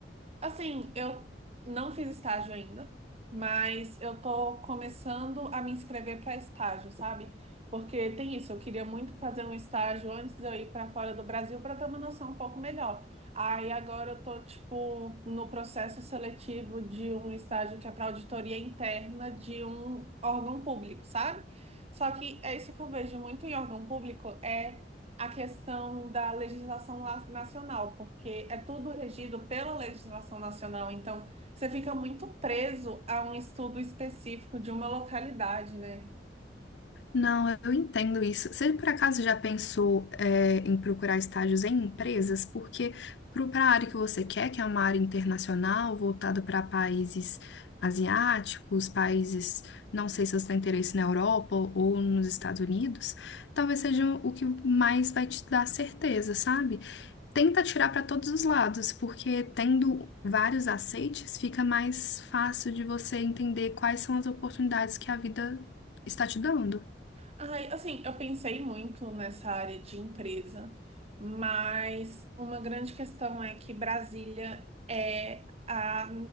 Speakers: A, on the right; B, on the left.
A: Assim, eu não fiz estágio ainda, mas eu tô começando a me inscrever para estágio, sabe? Porque tem isso, eu queria muito fazer um estágio antes de eu ir para fora do Brasil para ter uma noção um pouco melhor. Aí agora eu tô, tipo, no processo seletivo de um estágio que é para auditoria interna de um órgão público, sabe? Só que é isso que eu vejo muito em órgão público, é a questão da legislação la- nacional, porque é tudo regido pela legislação nacional, então você fica muito preso a um estudo específico de uma localidade, né?
B: Não, eu entendo isso. Você por acaso já pensou, é, em procurar estágios em empresas? Porque para a área que você quer, que é uma área internacional, voltada para países asiáticos, países, não sei se você tem interesse na Europa ou nos Estados Unidos, talvez seja o que mais vai te dar certeza, sabe? Tenta tirar para todos os lados, porque tendo vários aceites, fica mais fácil de você entender quais são as oportunidades que a vida está te dando.
A: Ai, assim, eu pensei muito nessa área de empresa, mas uma grande questão é que Brasília é a,